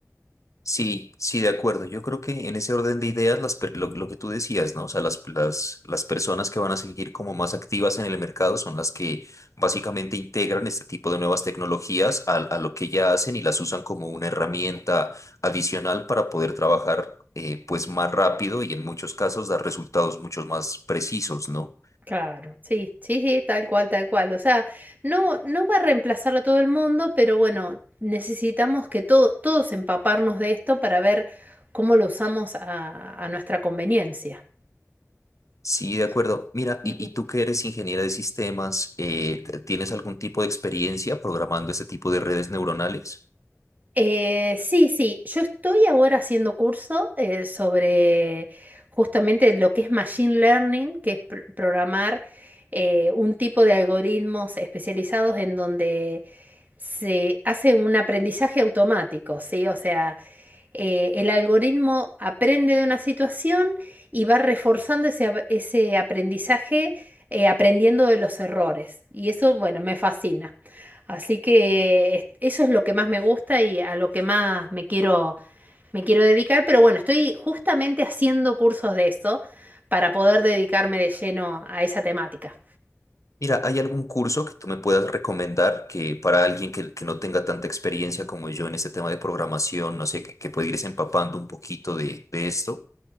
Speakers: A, on the left; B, on the right.
A: Sí, sí, de acuerdo. Yo creo que en ese orden de ideas, las, per- lo, lo que tú decías, ¿no? O sea, las, las, las personas que van a seguir como más activas en el mercado son las que básicamente integran este tipo de nuevas tecnologías a, a lo que ya hacen y las usan como una herramienta adicional para poder trabajar eh, pues más rápido y en muchos casos dar resultados mucho más precisos, ¿no?
B: Claro. Sí, sí, sí, tal cual, tal cual. O sea, no, no va a reemplazar a todo el mundo, pero bueno, necesitamos que todo- todos empaparnos de esto para ver cómo lo usamos a, a nuestra conveniencia.
A: Sí, de
B: Sí.
A: acuerdo. Mira,
B: <laughs>
A: y, y tú que eres ingeniera de sistemas, eh, ¿tienes algún tipo de experiencia programando este tipo de redes neuronales?
B: Eh, sí, sí, yo estoy ahora haciendo curso eh, sobre justamente lo que es Machine Learning, que es pr- programar eh, un tipo de algoritmos especializados en donde se hace un aprendizaje automático, ¿sí? O sea, eh, el algoritmo aprende de una situación y va reforzando ese, ap- ese aprendizaje eh, aprendiendo de los errores. Y eso, bueno, me fascina. Así que es- eso es lo que más me gusta y a lo que más me quiero, me quiero dedicar. Pero bueno, estoy justamente haciendo cursos de eso para poder dedicarme de lleno a esa temática.
A: Mira, ¿hay algún curso que tú me puedas recomendar que para alguien que, que no tenga tanta experiencia como yo en este tema de programación, no sé, que, que pueda irse empapando un poquito de, de esto?